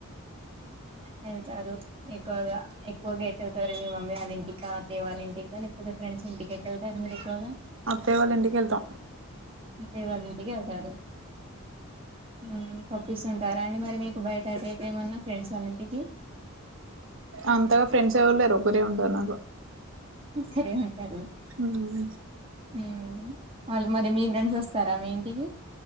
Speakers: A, on the right (about 25°); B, on the right (about 60°).
A: వెళ్తారు ఎక్కువగా ఎక్కువగా ఎటుళ్తారు మీ మమ్మీ వాళ్ళ ఇంటికా అత్తయ్య వాళ్ళ ఇంటికా లేకపోతే ఫ్రెండ్స్ ఇంటికి కా ఎటు ఎల్తారు మీరు ఎక్కువగా
B: అత్తయ్య వాల్ల ఇంటికి వెళ్తా
A: అత్తయ్య వాళ్ళ ఇంటికి వెళ్తారు ఉమ్ తప్పిస్తుంటారా అండి మరి మీకు బయట అటెటు ఏమన్నా ఫ్రెండ్స్ వాళ్ళ ఇంటికి
B: అంతగా ఫ్రెండ్స్ ఎవరు లేరు ఒకరే ఉండారు నాకు
A: ఒకరే ఉంటారు
B: ఉమ్
A: ఉమ్ వాళ్ళు మరి మీ ఫ్రెండ్స్ వస్తారా మీ ఇంటికి